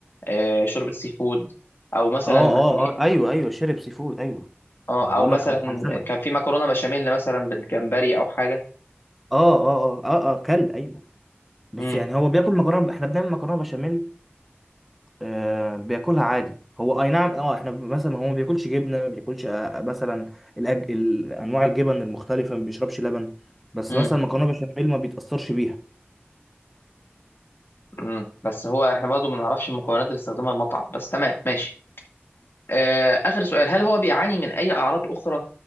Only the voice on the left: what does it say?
آه، شوربة سي فود أو مثلا
أي
آه،
أو
مثلا
كان في مكرونة بشاميل مثلا بالجمبري أو حاجة
مم.
مم.
مم. بس هو إحنا برضو ما نعرفش المكونات اللي استخدمها المطعم بس تمام ماشي آه، آخر سؤال هل هو بيعاني من أي أعراض أخرى